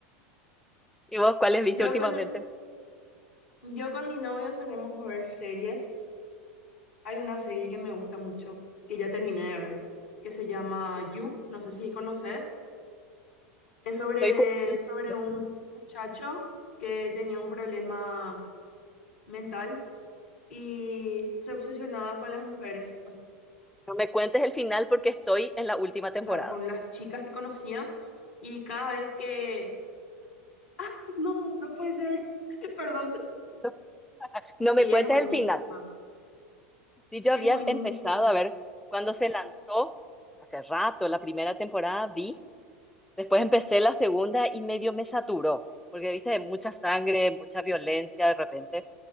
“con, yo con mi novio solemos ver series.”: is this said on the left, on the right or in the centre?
Left